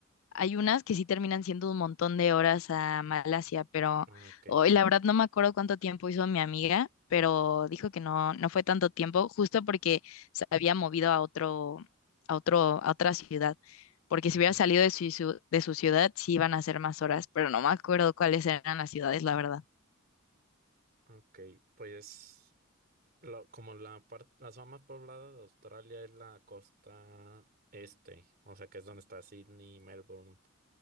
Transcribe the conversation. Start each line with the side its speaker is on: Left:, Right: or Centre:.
Left: hay unas que sí terminan siendo un montón de horas a Malasia, pero
Right: Ah, Ok,
Left: hoy la verdad no me acuerdo cuánto tiempo hizo mi amiga, pero dijo que no, no fue tanto tiempo, justo porque se había movido a otro, a otro, a otra ciudad, porque si
Right: ujú,
Left: hubiera salido de su, ciu- de su ciudad sí iban a ser más horas, pero no me acuerdo cuáles eran las ciudades, la verdad.
Right: ok, pues lo- como la parte, la zona más poblada de Australia es la costa este, o sea que es donde está Sydney, Melbourne,